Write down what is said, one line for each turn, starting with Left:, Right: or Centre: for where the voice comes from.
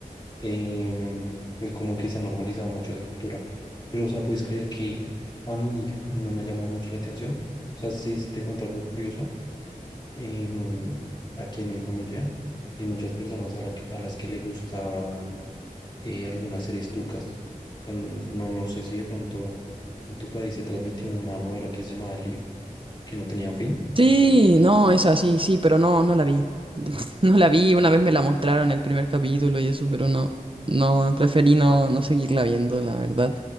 Left: em, pues como que se ha normalizado mucho esa cultura. Pero, o sea, puedes creer que a mí no me ha llamado mucho la atención. O sea, sí, sí te cuento algo curioso. em, aquí en mi familia hay muchas personas a, la que- a las que le gustaban eh, algunas series turcas. O sea, no, no sé si de pronto en tu país se transmitió una novela que se llamaba Elif, que no tenía fin.
Right: Sí, no, es así, sí, pero no, no la vi. <laughs> No la vi, una vez me la mostraron el primer capítulo y eso, pero no, no, preferí no, no seguirla viendo, la verdad.